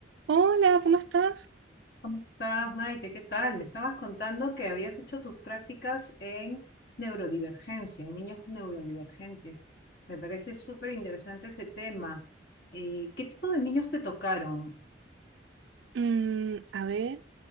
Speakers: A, on the right; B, on the left.
A: Hola, ¿cómo estás?
B: estás, Maite? ¿Qué tal? Me estabas contando que habías hecho tus prácticas en neurodivergencia, en niños neurodivergentes. Me parece súper interesante ese tema. Eh, ¿qué tipo de niños te tocaron?
A: Mm, a ver,